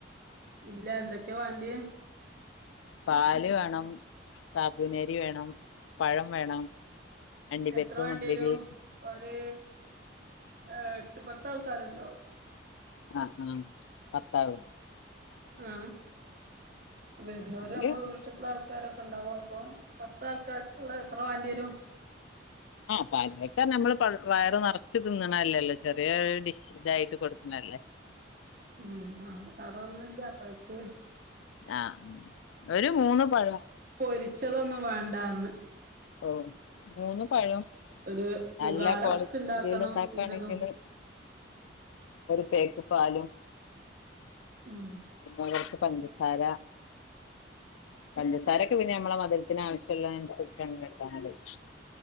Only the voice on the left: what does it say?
പാല് വേണം സാബു നരി വേണം പഴം വേണം അണ്ടിപ്പരിപ്പ്
മുന്തിരി
ആഹ ഉം പത്താവ
അത്
ആഹ പാൽ വാഴക്ക നമ്മള് വയറ് നറച്ചു തിന്നണല്ലല്ലോ ചെറിയ ഡിഷ് ഇതായിട്ട് കൊടുക്കാല്ലേ
ആഹ ഒരു മൂന്ന് പഴം
ഓ മൂന്ന് പഴം
നല്ല കോക്വാളിൽ
ഉണ്ടാക്കയാണെങ്കില്
ഒരു പേക്ക് പാലും
പിന്നെടക്ക് പ സാര പചസാര ഒക്കെ പിന്നെ നമ്മള മധരത്തിന് ആവശ്യമുള്ളനുസരി ഭക്ഷണം കിട്ടാന <unintelligible>